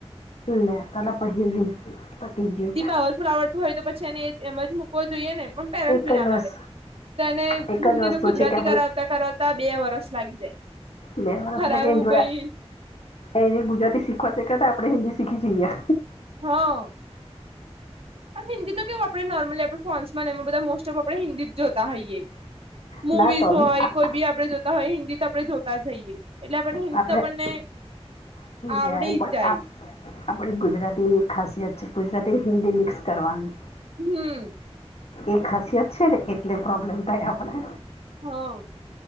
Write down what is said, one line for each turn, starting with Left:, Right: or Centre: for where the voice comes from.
Left: લે તો તો પછી પતી ગ્યુ
Right: હર્ષ રાવત શીખું હોય તો પછી એને એ એમ જ મૂકવો જોઈએ ને પણ પેરેન્ટસ
Left: એક જ
Right: બી ના
Left: વસ
Right: માને તો એને
Left: એક
Right: હિન્દીનું
Left: જ વસ્તુ
Right: ગુજરાતી
Left: છે કે આપણે
Right: કરાવતા કરાવતા બે વરસ લાગી જાય.
Left: બે વરસ
Right: હરાયું
Left: લાગ એ જોડે
Right: ભાઈ
Left: એને ગુજરાતી શીખવાથી કે આપણે હિન્દી શીખી જઈએ.
Right: હ અ.. હિન્દી તો કેવું આપણે નોર્મલી આપણે ફોન્સમાં ને એમાં બધા મોસ્ટ ઓફ આપણે હિન્દી જોતા હોઈએ. મુવીઝ
Left: ના તો બી
Right: હોય
Left: આ-
Right: કોઈ બી આપડણે જોતા હોય હિન્દી તો આપડે જોતા જ હૈયે. એટલે આપણને હિંસા
Left: આપણે
Right: આપણને આવડી
Left: જાય પણ
Right: જાઈ.
Left: આપ- આપણી ગુજરાતી ની એક ખાસીયત છે. ગુજરાતી હિન્દી મિક્સ કરવાનું.
Right: હમમ!
Left: એ ખાસીયત છે ને એટલે પ્રોબ્લેમ થાય આપડે.
Right: હોં!